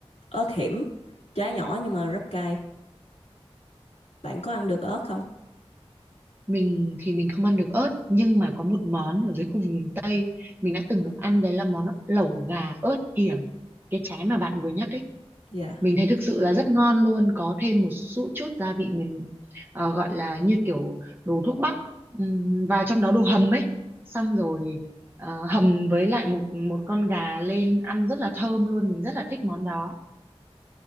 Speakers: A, on the left (about 85°); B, on the right (about 20°).
A: ớt hiểm, trái nhỏ nhưng mà rất cay. Bạn có ăn được ớt không?
B: Mình thì mình không ăn được ớt nhưng mà có một món ở dưới khu vực miền Tây mình đã từng được ăn đấy là món lẩu gà ớt hiểm. Cái trái mà bạn vừa nhắc ấy,
A: Dạ.
B: mình thấy thực sự là rất ngon luôn, có thêm một chút chút gia vị mình ờ, gọi là như kiểu đồ thuốc bắc ừm, và trong đó đồ hầm ấy. Xong rồi ờ, hầm với lại một một con gà lên ăn rất là thơm luôn, mình rất là thích món đó.